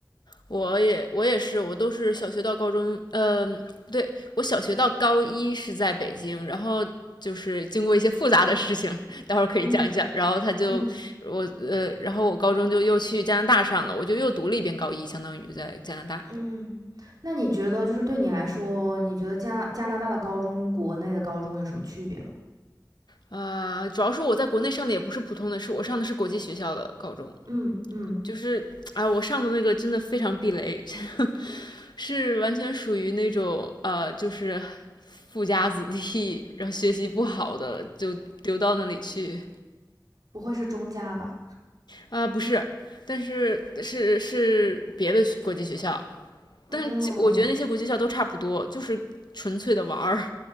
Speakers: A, on the left; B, on the right.
A: 我也我也是，我都是小学到高中，呃，不对，我小学到高一是在北京，然后就是经过一些复杂的事情，<laughs> 待会儿可以讲一讲。
B: 嗯
A: 然后他就我呃，
B: 嗯
A: 然后我高中就又去加拿大上了，我就又读了一遍高一，相当于在加拿大。
B: 嗯，那你觉得就是对你来说，你觉得加拿加拿大的高中、国内的高中有什么区别吗？
A: 啊、呃主要是我在国内上的也不是普通的，是我上的是国际学校的高中，
B: 嗯嗯，
A: 就是哎，呃我上的那个真的非常避雷，<laughs> 是完全属于那种呃，就是富家子弟，然后学习不好的就丢到那里去
B: 不会是中加吧？
A: 啊、呃不是，但是是是别的国际学校，
B: 嗯
A: 但是就我觉得那些国际学校都差不多，就是纯粹的玩儿。